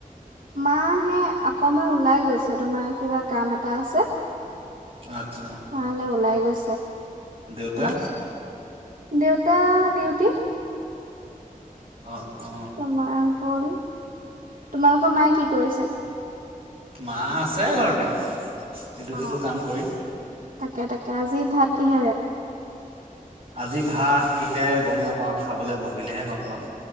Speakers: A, on the right (about 70°); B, on the right (about 40°).
A: মখ হে অকমান ওলাই গৈছে তোমাৰ কিবা কাম এটা আছে
B: আচ্ছা
A: নাহলে ওলাই গৈ
B: দেউতা
A: আছে চ দেউতা ডিউটি
B: অ অ
A: তম হল তোমালোকৰ মায়ে কি কৰিছে
B: মা আছে ঘৰতে এইটো
A: অ
B: সিটো কাম কৰি
A: তাকে তাকে আজি ভাত কিহেৰে
B: আজি ভাত কিহে গম নাপাওঁ খাবলৈ বহিলেহে গম পাম